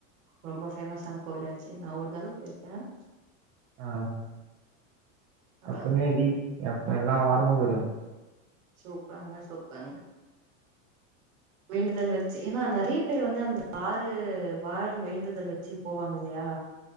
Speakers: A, on the right; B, on the right.
A: ரொம்ப பேமஸான கோவிலாச்சே நான் ஒரு தரவ போயிர்க்கேன்
B: ஆ
A: அ
B: எப்பமே வீக் எப்ப எல்லாம் வரமும் போயிடுவே
A: சூப்பாங்க சூப்பாங்க வேண்டுதல் வச்சு ஏனா நறைய பேர் வந்து அந்த ஆறு வார வேண்டுதல் வச்சு போவாங்க இல்லயா